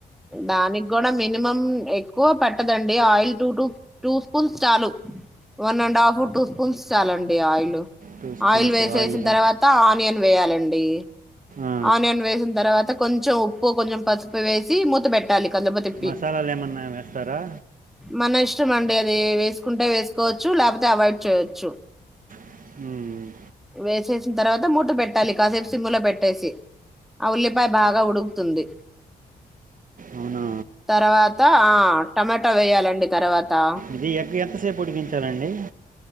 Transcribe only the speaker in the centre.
దానికి కూడా మినిమం ఎక్కువ పట్టదండి oil two two two spoons చాలు one and half two spoons చాలండి ఆయిలు
ఆయిల్ వేసేసిన
తర్వాత ఆనియన్ వేయాలన్ డి
ఆనియన్ వేసిన తర్వాత కొంచెం ఉప్పు కొంచెం పసుపు వేసి మూత పెట్టాలి కలుపు తిప్పి
మన ఇష్టం అండి అది వేసుకుంటే వేసుకోవచ్చు ల్యాకపోతే అవాయిడ్ చెయ్యొచ్చు
వేసేసిన తర్వాత మూత పెట్టాలి కాసేపు సిమ్ములో పెట్టేసి ఆ ఉల్లిపాయ బాగా ఉడుకుతుంది.
తర్వాత ఆ టమాటా వేయాలి అండి ఆ తర్వాత త